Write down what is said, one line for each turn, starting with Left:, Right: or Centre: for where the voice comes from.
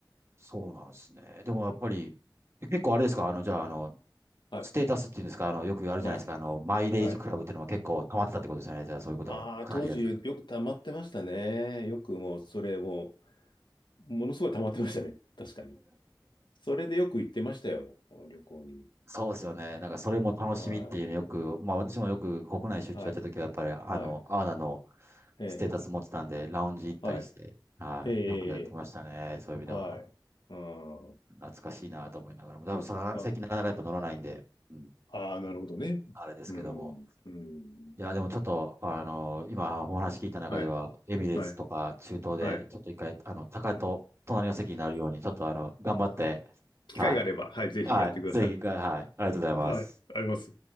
Right: そうなんですね。でもやっぱり、え結構あれですかあの、じゃあ、あの、
Left: はい。
Right: ステータスっていうんですか、あの、よくあるじゃないですか、
Left: はい。
Right: あの、マイレージクラブっていうのも結構溜まってたってことですよね。
Left: はい。
Right: じゃあ、そういうことはかなりやってた。
Left: ああ、当時よく溜まってましたね。よくもう、それもう、ものすごい溜まってましたね。<laughs> 確かに。それでよく行ってましたよ。旅行に。
Right: そうですよね。なんか、それも楽しみっていうのよく、
Left: はい。
Right: まあ、私もよく国内出張やった時は、
Left: はい。
Right: やっぱり、あの、
Left: はい。
Right: アーナの
Left: ええ。
Right: ステータス持ってたんで、ラウンジ行ったりして、
Left: はい。
Right: はい、
Left: ええ。
Right: よくやってましたね。
Left: え
Right: そういう意味では。
Left: えはい。うん。
Right: 懐かしいなと思いながらも、多分さ最近なかなかやっぱ乗らないんで、
Left: な、
Right: うん、
Left: ああ、なるほどね。
Right: あれですけども。
Left: うん。うん。
Right: いや、でもちょっと、あの、今お話聞いた中では、
Left: はい。
Right: エミレーツとか中東で、
Left: はい。はい。
Right: ちょっと一回、あの、高いと隣の席になるように、ちょっとあの、頑張って、
Left: 機会があれば、
Right: はい。
Left: はい、ぜひやってください。
Right: はい。ぜひ、はい。ありがとうございます。
Left: はい。あります。